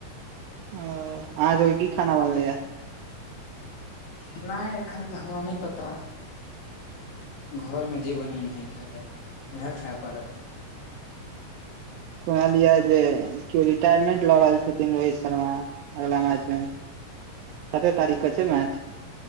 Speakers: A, on the right (about 80°); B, on the left (about 80°).
A: ओऽ अहाँ सब के की खाना बनलै यै।
B: खैनाए एखन तऽ हमरा नहि पता। घरमें जे बनेने होए खाई लै उहे खै पड़त।
A: सुनलियै जे केओ रिटायरमेंट लऽ रहल छथिन रोहित शर्मा अगला मैच में। कतै तारीक कऽ छै मैच।